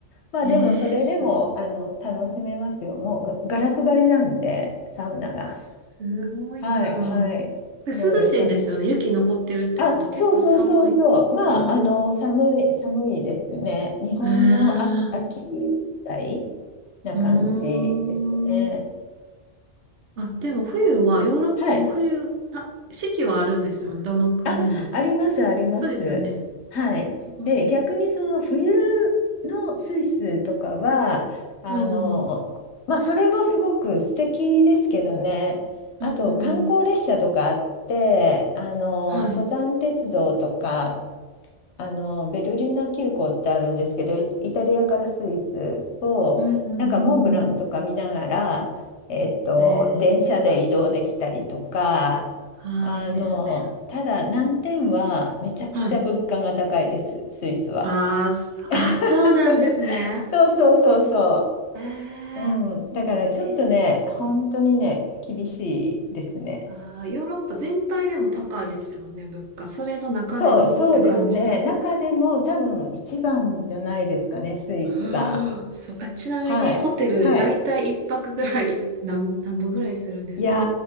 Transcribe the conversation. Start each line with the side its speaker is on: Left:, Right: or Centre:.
Left: まあでもそれでもあの楽しめますよ。
Right: ええすごい。
Left: もうガガラス張りなんでサウナが。
Right: あ、すごいな。
Left: はい、はい。
Right: で涼しいんですよね。
Left: すごいよかった。
Right: 雪残ってるってことは結構寒い。
Left: あ、そうそうそうそう。まあ、
Right: あ
Left: あの、寒い、寒いですね。日本の秋、
Right: あ、へえ、
Left: 秋みたいな感じですね。
Right: うーん。あ、でも冬は、ヨーロッパも冬、
Left: はい。
Right: あ、四季はあるんですよね。どの国も。
Left: あ、あります、
Right: あ、
Left: あります。
Right: そうですよね。
Left: はい。
Right: うん、
Left: で、逆にその冬のスイスとかは、あの、
Right: うん、
Left: まあ、それもすごく素敵ですけどね。
Right: うん、
Left: あと、観光列車とかあって、あの、
Right: はい。
Left: 登山鉄道とか、あの、ベルリーナ急行ってあるんですけど、イイタリアからスイスを、
Right: うん、うん、うん、
Left: なんかモンブランとか見ながら、
Right: うん。
Left: えっと、
Right: ええ
Left: 電車で移動できたりとか、
Right: ああ、
Left: あの、
Right: いいですね。
Left: ただ難点はめちゃくちゃ物価が高いです、
Right: はい。
Left: スイスは。
Right: ああ、そあ、
Left: <laughs>
Right: そうなんですね。
Left: そうそうそうそ
Right: え
Left: う。うん。
Right: え、
Left: だからちょっとね、
Right: スイス、そっか。
Left: 本当にね、厳しいですね。
Right: ああ、ヨーロッパ全体でも高いですよね、物価。それの中でもって感じなんですか。
Left: そう、そうですね。中でも多分一番じゃないですかね、スイスが。
Right: <gasps> うーん、そうか。ちなみに、
Left: はい。
Right: ホテル、
Left: はい。
Right: だいたい一泊ぐらい、なん、なんぼぐらいするんですか
Left: いや